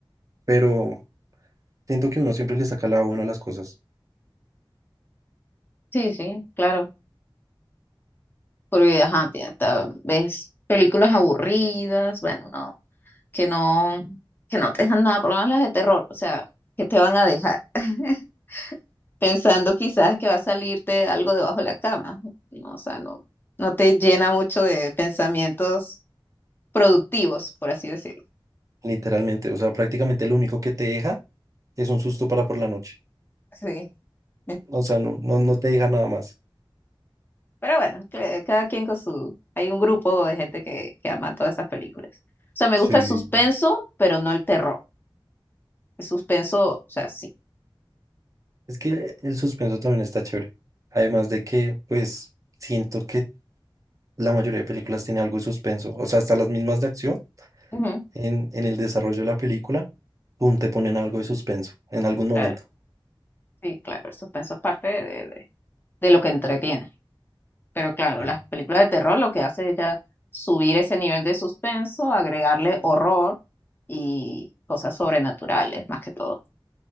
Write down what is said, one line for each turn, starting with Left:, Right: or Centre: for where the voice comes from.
Right: Pero, Siento que uno siempre le saca la buena a las cosas,
Left: Sí, sí, claro, porque ajá, tía, ta- ves películas aburridas, bueno, no, que no, que no te dejan nada, por lo menos las de terror, o sea, que te van a dejar <laughs> pensando quizás que va a salirte algo debajo de la cama, no, o sea, no, no te llena mucho de pensamientos productivos, por así decirlo.
Right: literalmente. O sea, prácticamente lo único que te deja es un susto para por la noche.
Left: Sí. <laughs>
Right: O sea, no, no, no te deja nada más.
Left: Pero bueno, que- cada quien con su... Hay un grupo de gente que, que ama todas esas películas. O sea, me
Right: Sí.
Left: gusta el suspenso, pero no el terror. El suspenso, o sea, sí.
Right: Es que el, suspenso también está chévere. Además de que, pues, siento que la mayoría de películas tiene algo de suspenso. O sea, hasta las mismas de acción,
Left: Ujú,
Right: en, en el desarrollo de la película, pum, te ponen algo de suspenso en algún momento.
Left: claro, sí, claro, el suspenso es parte de, de- de lo que entretiene. Pero claro,
Right: Sí.
Left: las películas de terror lo que hace es ya subir ese nivel de suspenso, agregarle horror y cosas sobrenaturales, más que todo.